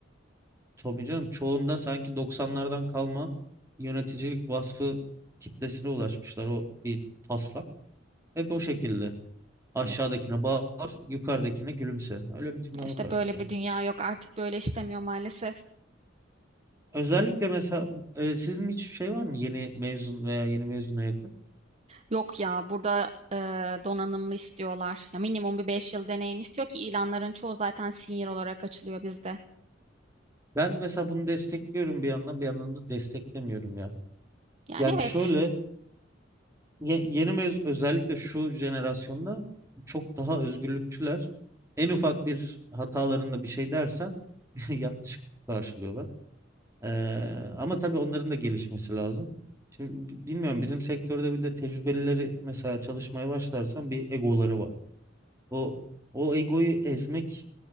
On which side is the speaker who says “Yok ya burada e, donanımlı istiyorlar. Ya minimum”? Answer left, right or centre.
Right